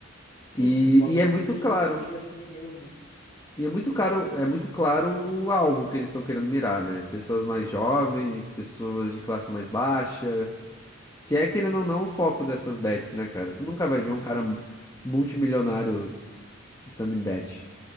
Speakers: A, on the left (about 45°); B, on the left (about 20°).
A: Sim,
B: E,
A: eles botam
B: e é
A: como
B: muito
A: se eles
B: claro,
A: realmente estivessem ganhando.
B: e é muito claro, é muito claro o alvo que eles estão querendo mirar, né? Pessoas mais jovens, pessoas de classe mais baixa,
A: Sim.
B: que é, querendo ou não, o foco dessas bets, né, cara? Tu nunca vai ver um cara multimilionário estando em bet.